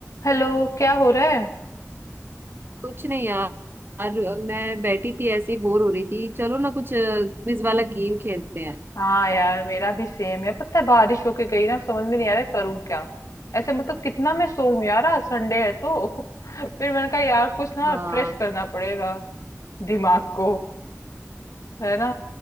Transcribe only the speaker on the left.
Hello क्या हो रहा है
हाँ यार मेरा भी सेम है पता है बारिश होके गई ना अब समझ में नहीं आ रहा है करूँ क्या ऐसे मतलब कितना मैं सोऊं यार आज संडे है तो <laughs> फिर मैंने कहा यार कुछ ना
फ्रेश करना पड़ेगा दिमाग को है ना